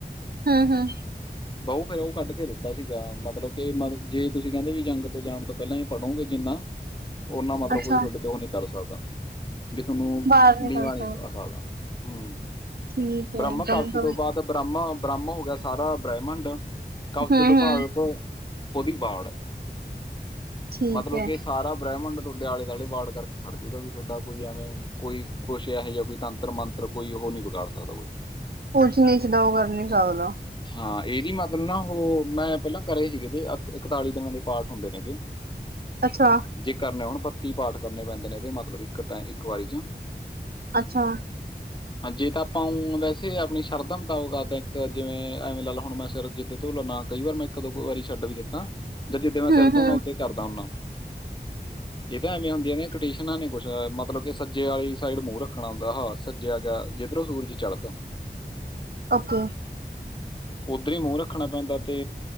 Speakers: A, on the right; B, on the left.
A: ਹਮ ਹਮ
B: ਬਊ ਫੇਰ ਉਹ ਕੱਢ ਕੇ ਦਿੱਤਾ ਸੀਗਾ, ਮਤਲਬ ਕੇ ਮਤ ਜੇ ਤੁਸੀਂ ਕਹਿੰਦੇ ਵੀ ਜੰਗ ਤੋਂ ਜਾਣ ਤੋਂ ਪੈਲਾਂ ਪੜ੍ਹੋਗੇ ਜਿੰਨਾ, ਓਨਾ ਮਤਲਬ
A: ਅੱਛਾ
B: ਕੋਈ ਤੁਹਾਡੇ ਤੇ ਉਹ ਨੀ ਕਰ ਸਕਦਾ। ਵੀ ਥੋਨੂੰ
A: ਬਾਹਰ ਨਿਕਲ
B: ਨੀਵਾਂ
A: ਸਕਦੇ
B: ਨਹੀਂ ਪਾ ਸਕਦਾ ਹਮ,
A: ਠੀਕ
B: ਬ੍ਰਹਮ
A: ਹੈ ਜੰਮੂ
B: ਕਵਜ਼
A: ਦੇ
B: ਤੋਂ
A: ਵਿੱਚ
B: ਬਾਅਦ। ਬ੍ਰਾਹਮਾ-ਬ੍ਰਾਹਮ ਹੋ ਗਿਆ, ਸਾਰਾ ਬ੍ਰਹਿਮੰਡ ਕਵਚ
A: ਹਮ
B: ਤੋਂ ਭਾਗਤ
A: ਹਮ
B: ਉਹਦੀ ਵਾੜ
A: ਠੀਕ
B: ਮਤਲਬ
A: ਹੈ
B: ਕਿ ਸਾਰਾ ਬ੍ਰਹਿਮੰਡ ਤੁਹਾਡੇ ਆਲੇ-ਦੁਆਲੇ ਵਾੜ ਕਰਕੇ ਖੜ ਜੂਗਾ ਵੀ ਤੁਹਾਡਾ ਕੋਈ ਐਵੇਂ ਕੋਈ ਕੁੱਛ ਇਹੋ ਜਿਹਾ ਕੋਈ ਤੰਤਰ-ਮੰਤ ਫਿਰ ਕੋਈ ਉਹ ਨਹੀਂ ਵਿਗਾੜ ਸਕਦਾ ਕੋਈ।
A: ਊਚਨੀਚ ਤਾਂ ਉਹ ਕਰ ਨਹੀਂ ਸਕਦਾ।
B: ਹਾਂ, ਏਹਦੀ ਮਤਲਬ ਨਾ ਉਹ ਮੈਂ ਪਹਿਲਾਂ ਕਰੇ ਸੀਗੇ ਕਿਤੇ ਇਕਤਾਲੀ ਦਿਨਾਂ ਦੇ ਪਾਠ ਹੁੰਦੇ ਨੇਗੇ।
A: ਅੱਛਾ।
B: ਜੇ ਕਰਨੇ ਹੋਣ ਬੱਤੀ ਪਾਠ ਕਰਨੇ ਪੈਂਦੇ ਨੇ, ਏਂਦੇ ਮਤਲਬ ਇੱਕ ਟਾਈਮ ਇੱਕ ਵਾਰੀ'ਚ।
A: ਅੱਛਾ।
B: ਹ ਹਾਂ, ਜੇ ਤਾਂ ਆਪਾਂ ਉਂ ਵੈਸੇ ਆਪਣੀ ਸ਼ਰਧਾ ਮੁਤਾਬਕ ਆਪਦਾ, ਇੱਕ ਜਿਵੇਂ ਐਵੇਂ ਲੈ ਹੁਣ ਮੈਂ ਸਿਰ ਜਲਦੀ ਧੋ ਲੈਣਾ। ਕਈ ਵਾਰ ਇੱਕ-ਦੋ ਵਾਰੀ ਕ ਛੱਡ ਵੀ ਦਿੱਤਾ ਜਿੱਦਾਂ ਮੈਂ
A: ਹਮ
B: ਸਿਰ ਧੋਣਾ
A: ਹਮ
B: ਓਦਾ ਕਰਦਾ ਹੁੰਨਾ, ਇਹ ਤਾਂ ਐਵੇਂ ਹੁੰਦੀਆਂ ਨੇ ਕਟਿਸ ਦੇਖਨਾ ਨੀ ਕੁਛ ਮਤਲਬ ਕਿ ਸੱਜੇ ਵਾਲੀ ਸਾਈਡ ਮੂੰਹ ਰੱਖਣਾ ਹੁੰਦਾ, ਹਾਂ ਸਜਿਆ ਗਿਆ ਜਿੱਧਰੋਂ ਸੂਰਜ ਚੜ੍ਹਦਾ। <inaudible>
A: ਓਕੇ।
B: ਉੱਧਰ ਹੀ ਮੂੰਹ ਰੱਖਣਾ ਪੈਂਦਾ ਤੇ